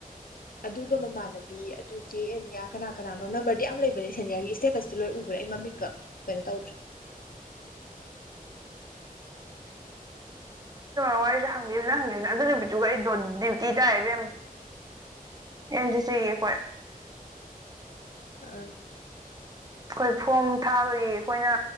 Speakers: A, on the left; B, on the right.
A: ꯑꯗꯨꯒ ꯃꯃꯥꯟꯅꯕꯤ ꯑꯗꯨ ꯆꯦ ꯑꯦꯅꯤꯌꯥ ꯀꯅꯥ ꯀꯅꯥꯅꯣ ꯅꯝꯕꯔꯗꯤ ꯌꯥꯝ ꯂꯩꯕꯅꯦ ꯁꯦꯅꯤꯌꯥꯔꯒꯤ ꯏꯁꯇꯦꯇꯁꯇꯤ ꯂꯣꯏ ꯎꯕ꯭ꯔꯥ ꯑꯩ ꯃꯃꯤꯡꯒ ꯀꯩꯅꯣ ꯇꯧꯗ꯭ꯔꯦ
B: ꯑꯣ ꯑꯩꯁꯨ ꯍꯪꯒꯦꯕꯖꯦ ꯍꯪꯉꯦꯕꯁꯦ ꯑꯗꯨ ꯅꯨꯃꯤꯠꯇꯨꯒ ꯑꯩ ꯗ꯭ꯌꯨꯇꯤ ꯇꯥꯏꯌꯦꯕꯦꯝ ꯑꯟꯠ ꯆ ꯆ ꯀꯣꯏ
A: ꯑ
B: ꯑꯩꯈꯣꯏ ꯐꯣꯝ ꯊꯥꯕꯒꯤ ꯑꯩꯈꯣꯏꯅ